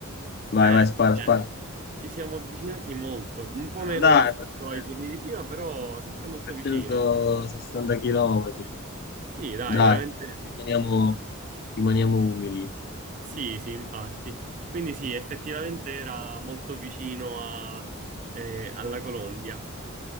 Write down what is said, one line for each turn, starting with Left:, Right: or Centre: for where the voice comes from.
Left: Vai,
Right: Eh,
Left: vai, spara,
Right: eh,
Left: spara.
Right: ci siamo avvicinati molto, un po'
Left: Ah,
Right: meno
Left: dai,
Right: rispetto
Left: perfetto.
Right: ai turni di prima, però sempre molto
Left: 360
Right: vicino.
Left: chilometri.
Right: Sì, dai,
Left: Dai,
Right: veramente.
Left: rimaniamo, rimaniamo umili.
Right: Sì, sì, infatti. Quindi sì, effettivamente era molto vicino a- eh, alla Colombia.